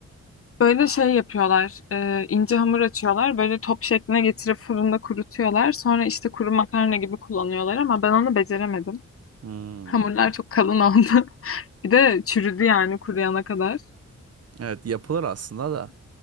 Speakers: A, on the left; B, on the right.
A: Böyle şey yapıyorlar. e, ince hamur açıyorlar. Böyle top şekline getirip fırında kurutuyorlar. Sonra işte kuru makarna gibi kullanıyorlar ama ben onu beceremedim.
B: Hmm,
A: Hamurlar çok kalın oldu. <laughs> Bir de çürüdü yani kuruyana kadar.
B: Evet yapılır aslında da